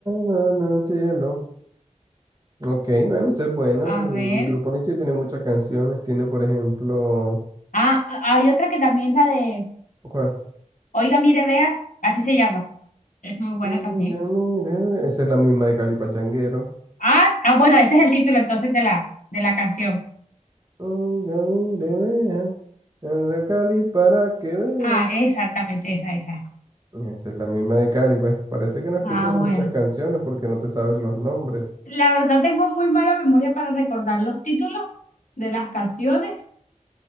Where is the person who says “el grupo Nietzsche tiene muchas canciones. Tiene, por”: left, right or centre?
Right